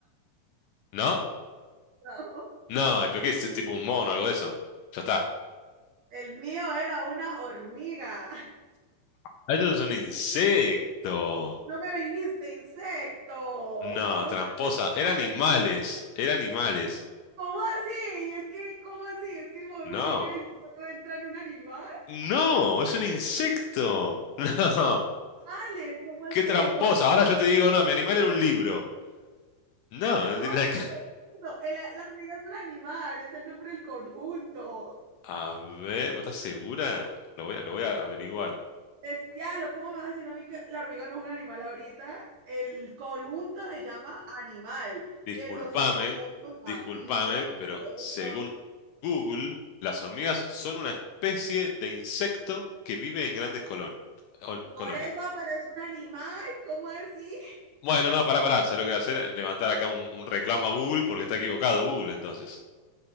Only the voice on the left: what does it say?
¿no?
No, ¿y por qué es tipo un mono o algo de eso? Ya está.
Ah, Eso es un insecto.
No,
tramposa.
Eran animales. Eran animales.
No.
No, es un insecto. <laughs> No,
qué tramposa.
Ahora yo te digo, no, mi animal era un libro. No, no
tiene
nada que... <laughs>
A ver, ¿vos estás segura? Lo voy a, lo voy a averiguar.
Disculpame,
disculpame,
pero según Google, las hormigas son una especie de insecto que vive en grandes colon- ol-
colonias.
Bueno, no, para parar, ¿sabes lo que voy a hacer? Levantar acá un, un reclamo a Google porque está equivocado Google, entonces.